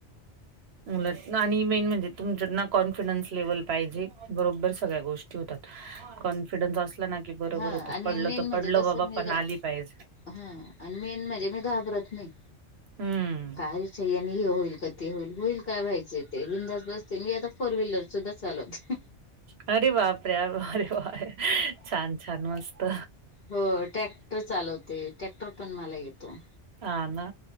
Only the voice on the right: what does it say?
उलट मेन म्हणजे तुमच्यातना कॉन्फिडन्स लेव्हल पाहिजे बरोबर सगळ्या गोष्टी होतात. कॉन्फिडन्स असला ना की बरोबर
होत
पडलं
तर
पडल
बाबा
पण आली पाहिजे.
हम्म
अरे बाप रे अरे वा छान छान मस्त.
हा ना?